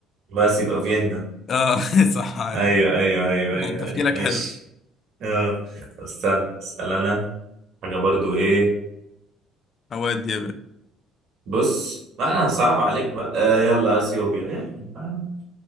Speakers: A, on the right; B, on the left.
A: بس يبقى فيينا
B: اه <laughs> صح عادي.
A: أيوه أيوه أيوه
B: لا،
A: أيوه,
B: تفكيرك
A: أيوه. ماشي
B: حلو
A: آه. طب استنى اسأل أنا حاجة برضو إيه
B: هو دي
A: بص ما أنا صعب عليك بقى آه يلا أثيوبيا يلا. آه،